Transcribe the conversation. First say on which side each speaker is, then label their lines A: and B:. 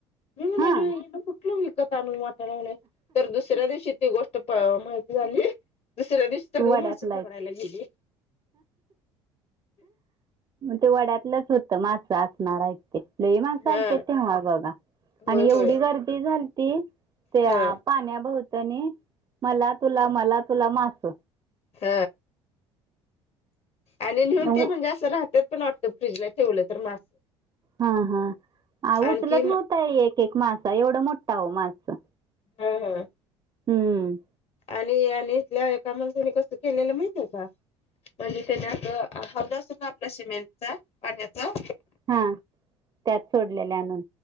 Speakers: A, on the left; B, on the right.
A: मी म्हणालो
B: हां
A: हीत कुठलं विकत आण वाटायला- लागलंय तर दुसऱ्या दिवशी ती गोष्ट माहिती झाली, दुसऱ्या दिवशी सगळी
B: वड्यातला
A: मासे पकडायला
B: आहे
A: गेली.
B: ते वड्यातलंच होतं, मासं असणार आहे. लई माणसं
A: हा
B: आलतीत तेव्हा बघा
A: होय
B: आणि एवढी
A: होय
B: गर्दी झालती. त्या
A: हा
B: पाण्या भवतनी मला तुला मला तुला मास
A: ह आणि नीहून
B: उ-
A: ते पण जास्त राहत त्यात पण वाटतं फ्रीजला ठेवलं तर मास.
B: हा हा.
A: आणखी
B: उचलत नव्हत एक एक मासा एवढं मोठा ओ मासा.
A: ह ह.
B: हम्म.
A: आणि आणि इथल्या एका माणसाने कसं केलेलं माहितीय का? म्हणले त्याने आस हौद असतो ना आपला सीमेंटचा पाण्याचा
B: हा त्यात सोडलेले आणून.